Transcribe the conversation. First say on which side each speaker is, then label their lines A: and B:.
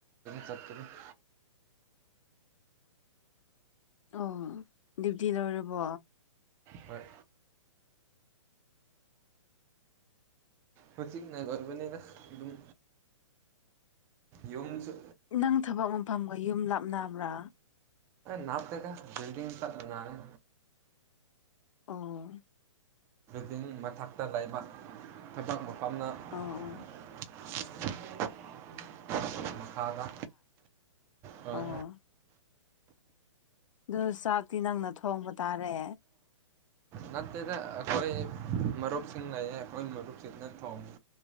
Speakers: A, on the right; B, on the left.
A: ꯆꯇ꯭ꯔ <inaudible>
B: ꯑꯣ ꯗ꯭ꯌꯨꯇꯤ ꯂꯣꯏꯔꯕꯣ
A: ꯍꯣꯏ ꯃ ꯆꯤꯅꯒꯔꯕ ꯑꯗꯨꯝ ꯌꯣꯁꯨ
B: ꯅꯪ ꯊꯕꯛ ꯃꯐꯝꯒ ꯌꯨꯝ ꯂꯥꯞꯅꯕ꯭ꯔꯥ
A: ꯅꯥꯞꯇꯀ ꯜꯗꯤꯡ ꯆꯠ ꯅꯥꯅꯦ
B: ꯑꯣ
A: ꯗꯤꯡ ꯃꯊꯛꯇ ꯂꯩꯕ ꯊꯕꯛ ꯃꯐꯝꯅ <unintelligible>
B: ꯑꯣ ꯑꯣ
A: ꯃꯈꯥꯗ ꯍꯣꯏ
B: ꯑꯣ ꯑꯗꯨ ꯆꯥꯛꯇꯤ ꯅꯪꯅ ꯊꯣꯡꯕ ꯇꯥꯔꯦ
A: ꯅꯠꯇꯦꯗ ꯑꯩꯈꯣꯏ ꯃꯔꯨꯞꯁꯤꯡ ꯂꯩꯌꯦ ꯑꯩꯈꯣꯏ ꯃꯔꯨꯞꯁꯤꯅ ꯊꯣꯡꯉꯤ